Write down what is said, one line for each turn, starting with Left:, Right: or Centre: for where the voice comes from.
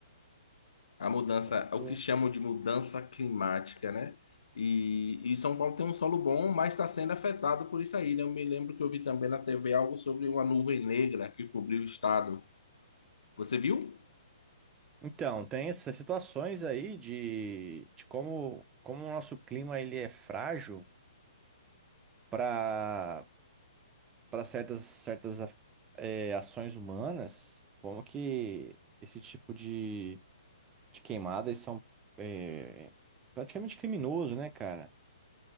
Left: A mudança,
Right: Muito,
Left: o que chamam de mudança climática, né? E, e São Paulo tem um solo bom, mas está sendo afetado por isso aí, né? Eu me lembro que eu vi também na TV algo sobre uma nuvem negra que cobriu o estado. Você viu?
Right: Então, tem essas situações aí de, de como, como o nosso clima ele é frágil para para certas, certas a- é, ações humanas, como que esse tipo de, de queimadas são é, praticamente criminoso, né, cara?